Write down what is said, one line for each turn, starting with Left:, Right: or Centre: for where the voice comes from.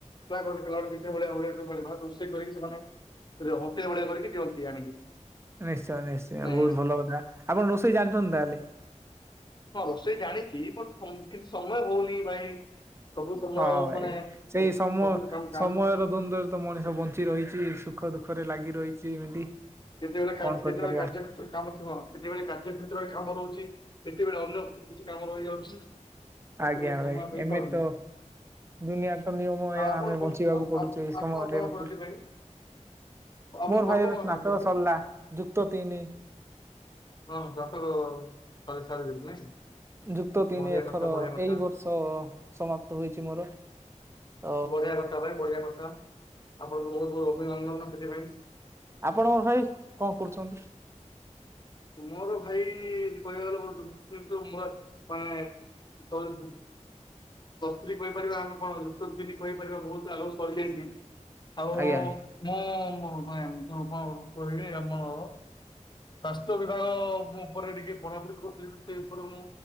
Left: କିଛି ଭଳିଆ ଭଳିଆ ରୋଷେଇ କରିକି ସେମାନେ ସେ ହୋଟେଲ ଭଳିଆ କରିକି ଦିଅନ୍ତି ଆଣିକି।
Right: ନିଶ୍ଚୟ ନିଶ୍ଚୟ
Left: ମାନେ
Right: ବହୁତ ଭଲ କଥା ଆପଣ ରୋଷେଇ ଜାଣିଛନ୍ତି ତାହଲେ।
Left: ହଁ ରୋଷେଇ ଜାଣିଛି ବଟ କିଛି ସମୟ ହଉନି ଭାଇ। ସବୁ ସମୟ
Right: ହଁ ଭାଇ
Left: ମାନେ
Right: ସେଇ
Left: ସବୁ
Right: ସମୟ
Left: ସବୁ କାମ କାମ
Right: ସମୟର ଦ୍ଵନ୍ଦରେ ତ ମଣିଷ ବଞ୍ଚି ରହିଛି ସୁଖ ଦୁଃଖ ପାଖରେ ଲାଗି ରହିଛି ଏମିତି
Left: କେତେବେଳେ କେତେବେଳେ
Right: କଣ କରିପାରିବା?
Left: କାର୍ଯ୍ୟ କ୍ଷେତ୍ରରେ କାମ ଥିବ କେତେବେଳେ କାର୍ଯ୍ୟ କ୍ଷେତ୍ର ରେ କାମ ରହୁଛି କେତେବେଳେ ଅନ୍ୟ କିଛି କାମ ରହିଯାଉଛି। ସେଥିପାଇଁ
Right: ଆଜ୍ଞା
Left: ସମୟ
Right: ଭାଇ
Left: ହେଇପାରୁନି।
Right: ଏମିତି ତ ଦୁନିଆ ତ ନିୟମ ଏହା
Left: ଆପଣ
Right: ଆମେ ବଞ୍ଚିବାକୁ
Left: ଆତ୍ମ
Right: ପଡୁଛି ଏଇ ସମୟରେ
Left: ଅର୍ପଣ
Right: ଏମିତି।
Left: କରନ୍ତି ପାଇଁ ଆପଣ
Right: ମୋର
Left: କର୍ମ
Right: ଭାଇ ଏବେ
Left: କଣ
Right: ସ୍ନାତକ
Left: କରଛନ୍ତି?
Right: ସରିଲା ଯୁକ୍ତ ତିନି
Left: ହଁ <unintelligible> <unintelligible>
Right: ଯୁକ୍ତ ତିନି
Left: ବଢିଆ
Right: ଏଥର
Left: କଥା ବଢିଆ କଥା
Right: ଏଇ ବର୍ଷ ସମାପ୍ତ ହୋଇଛି ମୋର। ତ
Left: ବଢିଆ କଥା ଭାଇ ବଢିଆ କଥା ଆପଣଙ୍କୁ ବହୁତ ବହୁତ ଅଭିନନ୍ଦନ ସେଥିପାଇଁ।
Right: ଆପଣଙ୍କ ଭାଇ କଣ କରୁଛନ୍ତି?
Left: ମୋର ଭାଇ କହିବା କୁ <unintelligible> ପ୍ଲସ୍ ଥ୍ରୀ କହିପାରିବା ଆମେ କଣ ଯୁତିନି କହିପାରିବା ବହୁତ ଆଗରୁ ସରିଯାଇଛି। ଆଉ
Right: ଆଜ୍ଞା ଭାଇ
Left: ମୁଁ ଯୋଉ କଣ କହିଲି ଆମର ସ୍ଵାସ୍ଥ୍ୟ ବିଭାଗ ଉପରେ ଟିକେ ପଢ଼ାପଢ଼ି କରୁି ସେ ଉପରେ ମୁଁ